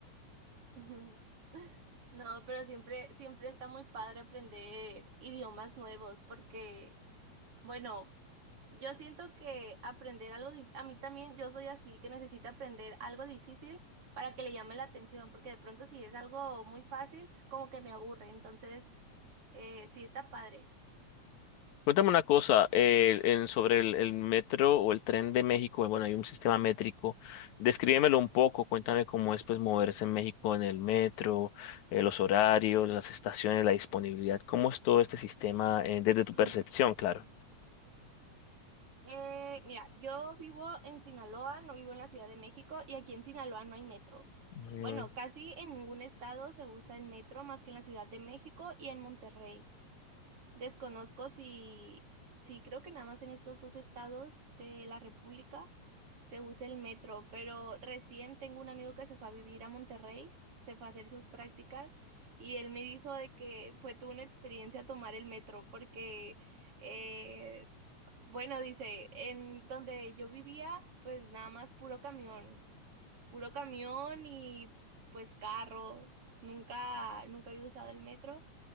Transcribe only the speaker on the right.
<laughs> No, pero siempre, siempre está muy padre aprender idiomas nuevos porque Bueno, yo siento que aprender algo, di- a mí también, yo soy así que necesito aprender algo difícil para que le llame la atención, porque de pronto si es algo muy fácil, como que me aburre, entonces eh, sí está padre.
<clears throat>
Eh, mira, yo vivo en Sinaloa, no vivo en la Ciudad de México y aquí en Sinaloa no hay metro.
Bueno, casi en ningún estado se usa el metro más que en la Ciudad de México y en Monterrey. Desconozco si, sí creo que nada más en estos dos estados de la República se usa el metro, pero recién tengo un amigo que se fue a vivir a Monterrey, se fue a hacer sus prácticas y él me dijo de que fue toda una experiencia tomar el metro porque, eh, bueno, dice, en donde yo vivía, pues nada más puro camión, puro camión y pues carro, nunca, nunca había usado el metro.